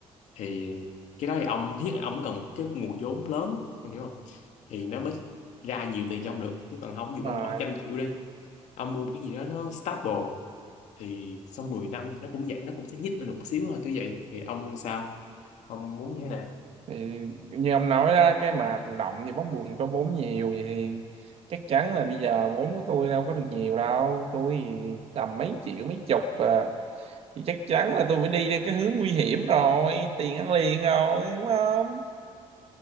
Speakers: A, on the left; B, on the right.
A: thì cái đó thì ông thiết ông cần một cái nguồn vốn lớn ông hiểu không thì nó mới ra nhiều tiền cho ông được chứ còn không
B: đúng
A: dù ông
B: rồi.
A: bỏ trăm triệu đi ông mua một cái gì đó nó stable thì sau 10 năm nó cũng vậy nó cũng sẽ nhích lên một xíu thôi kiểu vậy thì ông sao ông muốn như thế nào
B: thì như ông nói đó cái mà thụ động thì bóng buồn có vốn nhiều vậy thì chắc chắn là bây giờ vốn của tôi đâu có được nhiều đâu tôi thì tầm mấy triệu mấy chục à thì chắc chắn là tôi phải đi theo cái hướng nguy hiểm rồi tiền ăn liền rồi đúng không